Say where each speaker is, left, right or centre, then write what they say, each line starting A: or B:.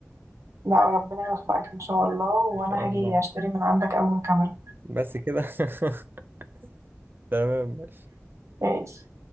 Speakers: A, on the right; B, on the right.
A: لا ربنا يوفقك ان شاء الله وانا
B: ان شاء
A: هاجي
B: الله
A: اشتري من عندك اول كاميرا
B: بس كده <laughs> تمام
A: ماشي